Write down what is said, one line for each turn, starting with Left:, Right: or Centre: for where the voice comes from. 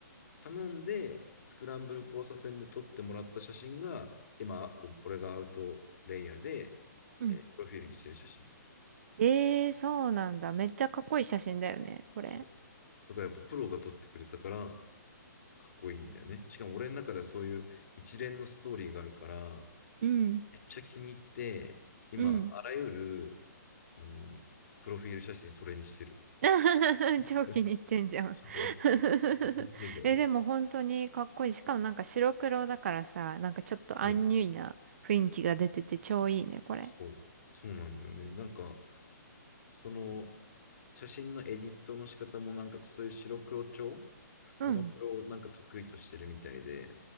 Left: 頼んで、スクランブル交差点で撮ってもらった写真が、今、俺がアウトレイヤーで、
Right: うん。
Left: えープロフィールにしてる写真。
Right: ええー、そうなんだ。めっちゃかっこいい写真だよね、これ。
Left: そう。だからやっぱプロが撮ってくれたから、かっこいいんだよね。しかも俺の中ではそういう一連のストーリーがあるから、
Right: うん。
Left: めっちゃ気に入って、今、
Right: うん。
Left: あらゆる、あの、プロフィール写真それにしてる。
Right: <laughs>
Left: <laughs>
Right: 超気に入ってんじゃん
Left: それ、
Right: <laughs>
Left: 見てんだよね。
Right: え、でも本当にかっこいい。しかもなんか白黒だからさ、なんかちょっとアンニュイな雰囲気が出てて超いいね、
Left: そう、
Right: これ。
Left: そう、そうなんだよね。なんか、その、写真のエディットの仕方も、なんか、そういう白黒調、
Right: うん。
Left: モノクロをなんか得意としてるみたいで、